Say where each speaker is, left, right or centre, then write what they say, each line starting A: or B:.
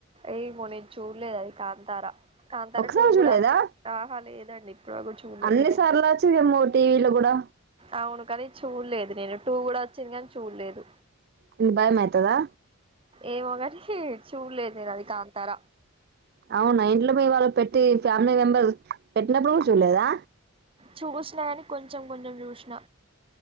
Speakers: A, on the right; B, on the right.
A: ఏమో నేను చూడలేదు అది కాంతారా కాంతారా
B: ఒకసారి
A: టూ
B: చూడలేదా
A: కూడా వచ్చి ఆహ లేదండి ఇప్పుడు వరకు చూడలే
B: అన్ని
A: నేను అది
B: సార్లు వచ్చిందేమో టీవీలో కూడా
A: అవును కాని చూడలేదు నేను టూ కూడా వచ్చింది కాని చూడలేదు
B: నీకు భయం అయితదా
A: ఏమో గాని చూడలేదు నేనది కాంతార
B: అవునా ఇంట్లో మీ వాళ్లు పెట్టి ఫ్యామిలీ మెంబర్స్ పెట్టినప్పుడు కూడా చూలేదా
A: చూసినా గాని కొంచెం కొంచెం చూసిన